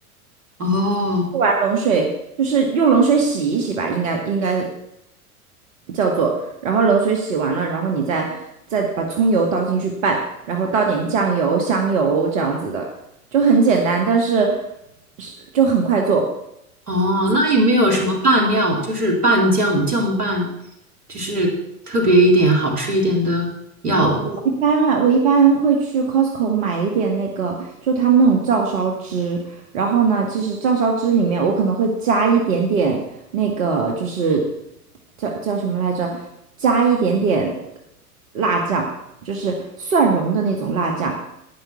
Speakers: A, on the right; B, on the right.
A: 哦，
B: 不玩冷水，就是用冷水洗一洗吧，应该应该叫做，然后冷水洗完了，然后你再再把葱油倒进去拌，然后倒点酱油、香油这样子的，就很简单，但是是就很快做。
A: 哦，那有没有什么拌料，就是拌酱、酱拌，就是特别一点、好吃一点的药？
B: 哦，我一般啊，我一般会去 Costco 买一点那个，就他们那种照烧汁。然后呢，其实照烧汁里面我可能会加一点点那个，就是叫叫什么来着？加一点点辣酱，就是蒜蓉的那种辣酱。